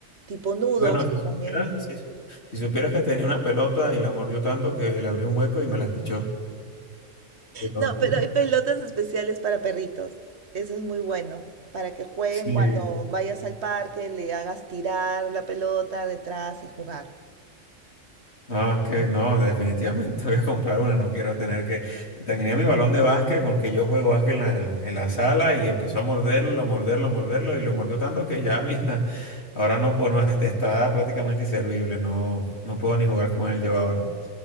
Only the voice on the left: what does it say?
Bueno,
si
supieras, si- si supieras que tenía una pelota y la mordió tanto que le abrió un hueco y me la pichó. Pero-
<laughs>
Sí.
Ah, Ok, no, definitivamente <laughs> voy a comprar una, no quiero tener que... Tenía mi balón de básquet con que yo juego básquet en la, en la, en la sala y empezó a morderlo, a morderlo, a morderlo y lo mordió tanto que ya, <laughs> mira, ahora no, o no está prácticamente inservible, no, no puedo ni jugar con él yo ahora.